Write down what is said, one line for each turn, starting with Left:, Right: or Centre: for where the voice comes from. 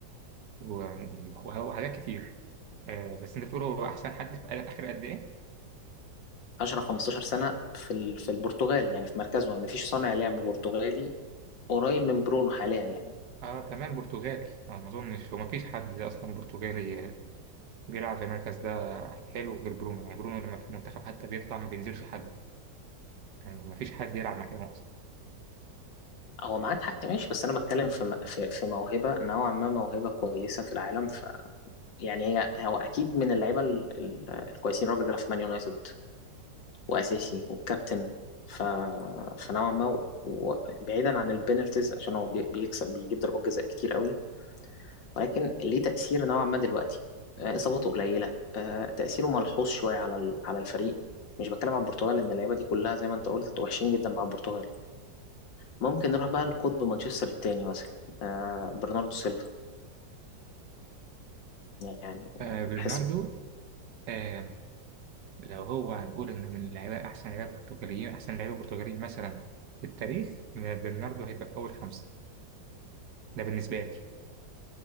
Right: و... وهو- وحاجات كتير آه، بس أنت بتقول هو أحسن حد في آخر قد إيه؟
Left: 10 15 سنة في ال- في البرتغال يعني في مركزه ما فيش صانع لعب برتغالي قريب من برونو حاليا يعني
Right: اه تمام برتغالي انا ما اظنش هو ما فيش حد اصلا برتغالي آه، بيلعب في المركز ده حلو غير برونو يعني برونو لما في المنتخب حتى بيطلع ما بينزلش حد يعني ما فيش حد يلعب مكانه اصلا
Left: هو معاك حق ماشي بس انا بتكلم في م- في في موهبه نوعا ما موهبه كويسه في العالم ف يعني هي هو اكيد من اللعيبه ال- ال- الكويسين الراجل ده في مان يونايتد واساسي والكابتن ف فنوعا ما وبعيدا عن البينالتيز عشان هو بي- بيكسب بيجيب ضربات جزاء كتير قوي ولكن ليه تاثير نوعا ما دلوقتي آه، اصاباته قليله آه، تاثيره ملحوظ شويه على ال- على الفريق مش بتكلم على البرتغال ان اللعيبه دي كلها زي ما انت قلت وحشين جدا مع البرتغال ممكن نروح بقى لقطب مانشستر التاني مثلا آه برناردو سيلفا يعني
Right: آه برناردو
Left: بحس
Right: آه لو هو هنقول إن من اللعيبة أحسن لعيبة برتغاليين أحسن لعيبة برتغاليين مثلا في التاريخ برناردو هيبقى في أول خمسة ده بالنسبة لي